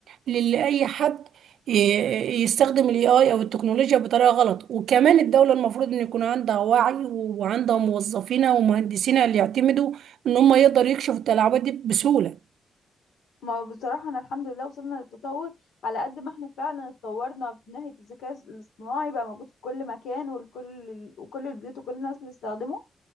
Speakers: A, on the right; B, on the left.
A: للي اي حد ي- يستخدم الاي اي او التكنولوجيا بطريقه غلط وكمان الدوله المفروض ان يكون عندها وعي وعندها موظفينها ومهندسينها اللي يعتمدوا ان هم يقدروا يكشفوا التلاعبات دي بسهوله
B: ما هو بصراحه انا الحمد لله وصلنا للتطور على قد ما احنا فعلا اتطورنا من ناحيه الذكاء الاصطناعي بقى موجود في كل مكان والكل وكل البيوت وكل الناس بتستخدمه